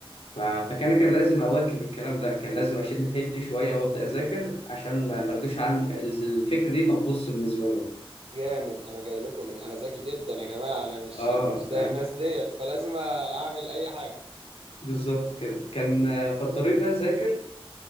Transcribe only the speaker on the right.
جامد انا جاي لكم من انا ذكي جدا يا جماعه انا مش
انا مش زي
الناس ديت فلازم اعمل اي حاجه